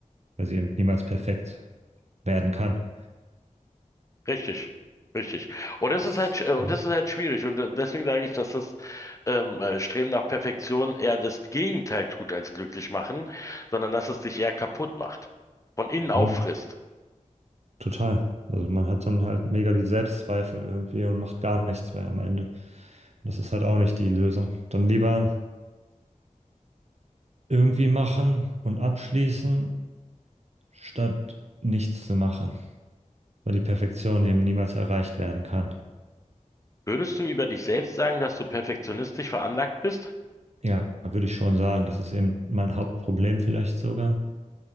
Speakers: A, on the right; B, on the left.
A: weil sie eben niemals perfekt werden kann.
B: Richtig, richtig. Und das
A: Das,
B: ist halt, äh, und
A: ja.
B: das ist halt schwierig. Und äh, deswegen sage ich, dass das ähm, äh, Streben nach Perfektion eher das Gegenteil tut als glücklich machen, sondern dass es dich eher kaputt macht, von innen auffrisst.
A: Hm. Total. Also man hat dann halt mega die Selbstzweifel irgendwie und macht gar nichts mehr am Ende. Das ist halt auch nicht die Lösung. Dann lieber irgendwie machen und abschließen, statt nichts zu machen, weil die Perfektion eben niemals erreicht werden kann.
B: Würdest du über dich selbst sagen, dass du perfektionistisch veranlagt bist?
A: Ja, würde ich schon sagen. Das ist eben mein Hauptproblem vielleicht sogar.